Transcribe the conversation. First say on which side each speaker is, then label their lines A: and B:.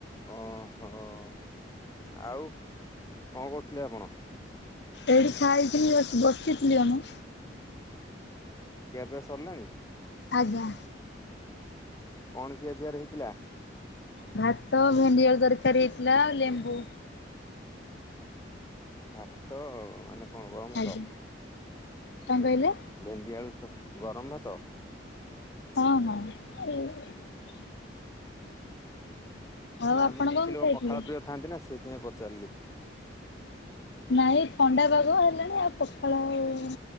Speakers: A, on the left; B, on the left.
A: ଓହୋଃ, ଆଉ କଣ କରୁଥିଲେ ଆପଣ?
B: ଏଇଠି ଖାଇଥିଲି ଆସି ବସି ବସିଥିଲି ଆ ମୁଁ।
A: ଖିଆପିଆ ସରିଲାଣି?
B: ଆଜ୍ଞା।
A: କଣ ଖିଆପିଆରେ ହେଇଥିଲା?
B: ଭାତ ଭେଣ୍ଡି ଆଳୁ ତରକାରୀ ହେଇଥିଲା ଆଉ ଲେମ୍ବୁ।
A: ଭାତ ମାନେ କଣ ଗରମ
B: ଆଜ୍ଞା
A: ଭାତ?
B: କଣ କହିଲେ?
A: ଭେଣ୍ଡି ଆଳୁ <inaudible> ଗରମ ଭାତ?
B: ହଁ- ହଁ <inaudible> ଆଉ
A: ନା
B: ଆପଣ
A: ମୁଁ କିଛି
B: କଣ
A: ଲୋକ
B: ଖାଇଥିଲେ?
A: ପଖାଳ ପ୍ରିୟ ଥାନ୍ତି ନା ସେଇଥିପାଇଁ ପଚାରିଲି।
B: ନାଇଁ ଥଣ୍ଡା ପାଗ ହେଲାଣି ଆଉ ପଖାଳ ଆଉ ହୁଁ